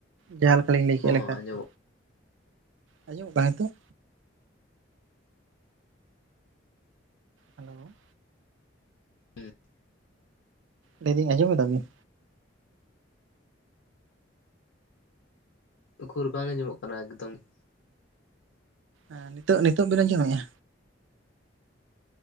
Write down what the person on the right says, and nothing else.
ᱡᱟᱦᱟᱸᱞᱮᱠᱟ ᱞᱤᱧ ᱞᱟᱹᱭ ᱠᱮᱜ
ᱞᱮᱠᱟ ᱟᱨᱠᱤ
ᱟᱸᱡᱚᱢ ᱠᱟᱱᱟ ᱱᱤᱛᱚᱜ? ᱦᱮᱞᱳᱼᱼ
ᱞᱟᱹᱭ ᱮᱫᱟᱹᱧ ᱟᱸᱡᱚᱢᱮᱫᱟᱵᱤᱱ?
ᱟᱸ ᱱᱤᱛᱚᱜ ᱱᱤᱛᱚᱜ ᱵᱤᱱ ᱟᱸᱡᱚᱢᱮᱜᱼᱟ?